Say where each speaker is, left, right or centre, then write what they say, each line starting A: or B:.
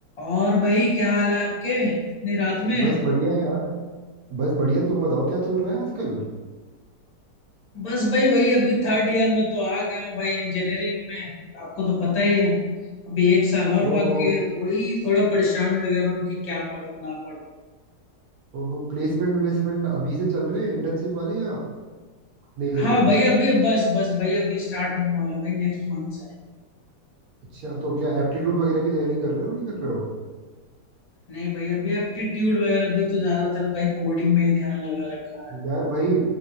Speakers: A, on the left; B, on the right.
A: और भाई क्या हाल है आपके इतनी रात में
B: बस बढ़िया है यार बस बढ़िया तुम बताओ क्या चल रहा है आजकल
A: बस भाई वही अभी थर्ड ईयर में तो आ गया हूँ भाई इंजीनियरिंग में आपको तो पता ही है अभी एक साल और
B: ओहो
A: बाकी है तो वही थोड़ा परेशान वगैरह हूँ कि क्या पढूं ना पढूं
B: ओहो प्लेसमेंट प्लेसमेंट अभी से चल रहे हैं इंटर्नशिप वाले या नहीं चल
A: हाँ
B: रहे
A: भाई अभी बस बस भाई अभी स्टार्ट होने वाला भाई नेक्स्ट मंथ से
B: अच्छा तो क्या एप्टीट्यूड वगैरह की तैयारी कर रहे हो नहीं कर रहे हो
A: नहीं भाई अभी एप्टीट्यूड वगैरह भी तो ज्यादातर भाई कोडिंग में ही ध्यान लगा रखा है
B: यार भाई